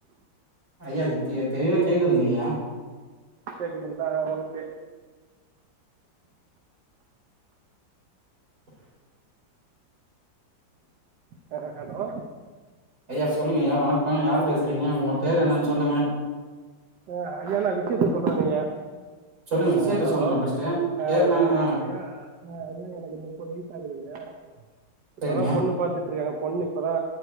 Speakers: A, on the right; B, on the right.
A: ஐயா தெ தெளிவா கேக்குதுங்க ஐயா
B: கேக்குதுங்களா ஓகே
A: <inaudible>
B: ஆ ஹலோ
A: ஐயா சொல்லுங்க ஐயா வணக்கோ யார் பேசுறீங்க உங்க பேரு என்னன்னு சொல்லுங்க
B: ஆ ஐயா நா விஷயத்த சொல்றேங்க ஐயா
A: சொல்லுங்க விஷயத்த
B: ஆ ஹலோ
A: சொல்லுங்க ஃபர்ஸ்ட்டு
B: ஆ
A: பேருனா
B: என
A: ஆ
B: ஐயா ஆ ஐயா எனக்கு முப்பது வயசு ஆகுதுங்கய்யா இப்பதா
A: சரிங்க
B: பொண்ணு பாத்துட்டு இருக்காங்க பொண்ணு அப்பதா